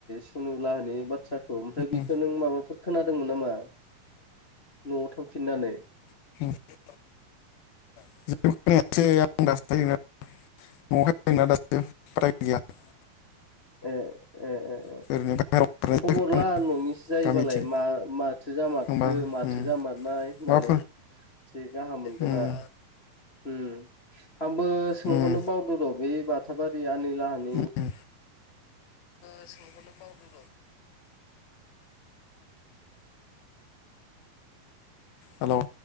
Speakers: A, on the left; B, on the left.
A: सनुलाहानि बाथ्राखौ ओमफ्राय नों बेखौ
B: उम
A: नों माबाफोर खोनादोंमोन नामा न'आव थांफिननानै
B: <inaudible> <unintelligible>
A: <unintelligible>
B: <unintelligible>
A: खबर
B: जायाखै
A: ला
B: आङो
A: न'निसो जायोबालाय
B: गामिथिं
A: मा-माथो जामारखो?
B: होमबा
A: माथो
B: उम
A: जामारनाय? होननानै।
B: माबाफोर
A: एसे गाहाम मोनदोंना?
B: उम
A: उम आंबो सोंहरनो
B: उम
A: बावदो र' बे बाथाबारि आनैलाहानि
B: ए <unintelligible> हेलौ